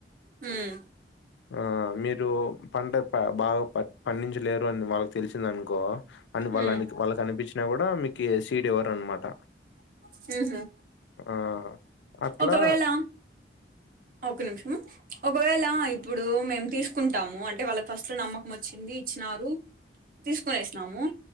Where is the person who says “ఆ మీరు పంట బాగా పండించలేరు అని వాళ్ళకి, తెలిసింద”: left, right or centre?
Left